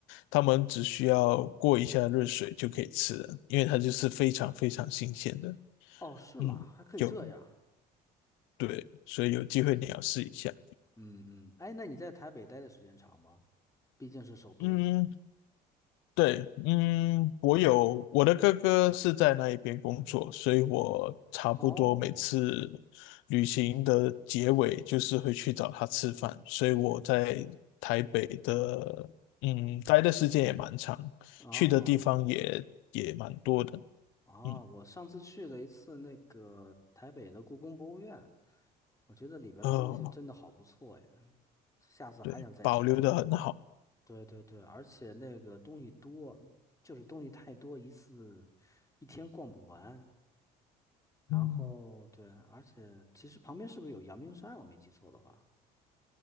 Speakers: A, on the left; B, on the left.
A: 他们只需要过一下热水就可以吃了，因为它就是非常非常新鲜的。
B: 哦是吗？
A: 嗯，
B: 还可以这样。
A: 有，对，所以有机会你要试一下。
B: 嗯嗯，哎，那你在台北待的时间长吗？毕竟是首都嘛。
A: 嗯，对，嗯，我有我的哥哥是在那一边工作，所以我差不多每次
B: 哦，
A: 旅行的结尾就是会去找他吃饭，所以我在台北的，嗯，待的时间也蛮长，
B: 啊
A: 去的地方也也蛮多的，
B: 啊，
A: 嗯，
B: 我上次去了一次那个台北的故宫博物院，我觉得里边儿的东西真的好不错呀，
A: 呃，
B: 下次还想再去。
A: 对，保留的很好，
B: 对对对，而且那个东西多，就是东西太多，一次一天逛不完。然后对，
A: 嗯，
B: 而且其实旁边是不是有阳明山？我没记错的话，